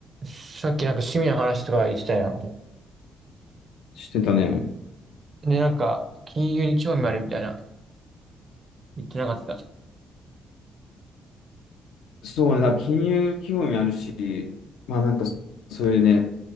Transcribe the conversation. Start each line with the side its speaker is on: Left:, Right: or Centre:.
Right: さっきなんか趣味の話とか言ってたやん。
Left: してたね。
Right: で、なんか、金融に興味あるみたいな言ってなかった。
Left: そうね、だから金融興味あるし、まあなんか、そういうね、